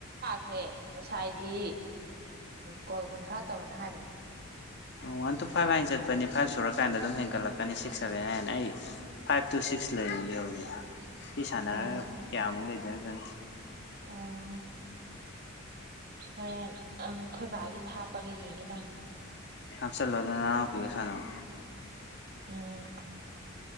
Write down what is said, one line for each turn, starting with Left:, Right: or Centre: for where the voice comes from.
Right: ꯈ꯭ꯔꯦ ꯉꯁꯥꯏꯗꯤ ꯀꯣꯜ ꯀꯨꯟꯊ꯭ꯔꯥ ꯇꯧꯅ ꯍꯥꯏꯕꯅꯦ
Left: ꯋꯥꯟ ꯇꯨ ꯐꯥꯏꯚ ꯍꯥꯏꯅ ꯆꯠꯄꯅꯤ ꯐꯥꯏꯚ ꯁꯨꯔꯀꯥꯟꯗ ꯑꯗꯨꯝ ꯍꯦꯟꯒꯠꯂꯛꯀꯅꯤ ꯁꯤꯛꯁ ꯁꯚꯦꯟ ꯏꯟ ꯑꯩ ꯐꯥꯏꯚ ꯇꯨ ꯁꯤꯛꯁ ꯂꯩꯔꯤ ꯌꯧꯔꯤ ꯐ ꯁꯥꯟꯅꯔꯒ
Right: ꯑꯣ
Left: ꯀꯌꯥꯃꯨꯛ ꯂꯩꯦ ꯁꯤ ꯎꯝ
Right: ꯑꯣ ꯍꯣꯔꯦꯟ ꯑꯪ ꯈꯣꯏꯕꯥꯒꯤꯁꯨ ꯍꯥꯞꯄꯒ ꯌꯦꯡꯒꯦ ꯇꯃ
Left: ꯍꯥꯞꯆꯜꯂꯣꯗꯅ ꯅꯅꯥꯄꯤꯒ ꯁꯥꯅꯧ
Right: ꯎꯝ